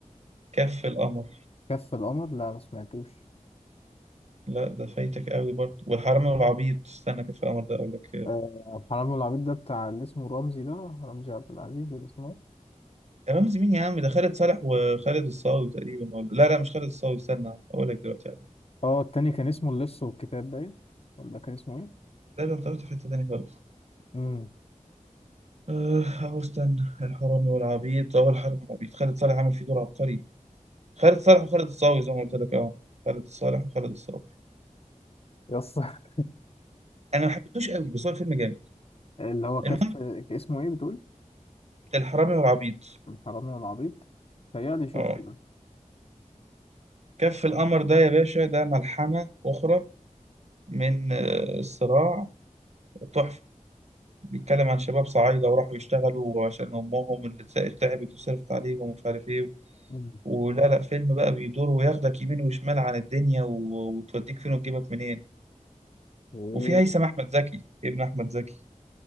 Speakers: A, on the right (about 55°); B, on the left (about 50°).
A: كف القمر
B: كف القمر لا ما سمعتوش
A: لا ده فايتك قوي برضه والحرامي والعبيط استنى كف القمر ده اقول لك آه،
B: آه، حرام العبيط ده بتاع اللي اسمه رمزي ده رمزي عبد العزيز ولا اسمه
A: يا رمزي مين يا عم ده خالد صالح وخالد الصاوي تقريبا ولا لا لا مش خالد الصاوي استنى اقول لك دلوقتي عليه
B: اه التاني كان اسمه اللص والكتاب باين ولا كان اسمه ايه؟
A: لا ده انت رحت في حتة تانية خالص
B: امم
A: أه، أهو استنى الحرامي والعبيط أهو الحرامي والعبيط خالد صالح عامل فيه دور عبقري خالد صالح وخالد الصاوي زي ما قلت لك أه خالد صالح وخالد الصاوي
B: يس <laughs>
A: أنا ما حبيتوش قوي بس هو الفيلم جامد
B: اللي هو كف
A: المهم
B: اسمه ايه بتقول؟
A: الحرامي والعبيط
B: الحرامي والعبيط تهيألي شفته
A: أه
B: ده
A: كف القمر ده يا باشا ده ملحمة أخرى من آه، الصراع تحفة بيتكلم عن شباب صعايدة وراحوا يشتغلوا عشان أمهم اللي تعبت تعبت وصرفت عليهم ومش عارف إيه
B: مم.
A: ولا لا فيلم بقى بيدور وياخدك يمين وشمال عن الدنيا و... وتوديك فين وتجيبك منين
B: مم.
A: وفي هيثم احمد زكي ابن احمد زكي